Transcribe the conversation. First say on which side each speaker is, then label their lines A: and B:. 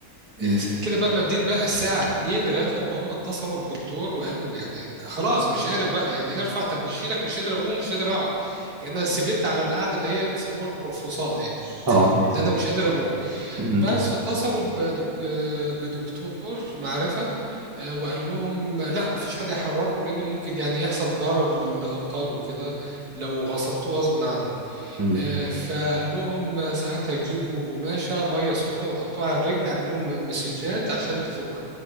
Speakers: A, on the right (about 85°); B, on the right (about 30°).
A: آه،
B: مم.
A: كده بقى مديت بقى الساعة 2 لغاية لما هم اتصلوا بالدكتور وقالوا يعني خلاص مش قادر بقى يعني ارفع طب نشيلك مش قادر اقوم مش قادر اقعد يعني انا سبت على القعدة اللي هي بيسموها القرفصاء دي
B: اه
A: اللي انا مش قادر اقوم
B: مم.
A: بس فاتصلوا بدك... آه، بدكتور معرفة آه، وقال لهم لا مفيش حد يحركه لأنه ممكن يعني يحصل ضرر للأوتار وكده لو غصبتوه غصب عنه
B: مم.
A: آه، فقال لهم ساعتها جيبوا قماشة مية سخنة وحطوها على الرجل اعملوا لهم مسجات عشان تفك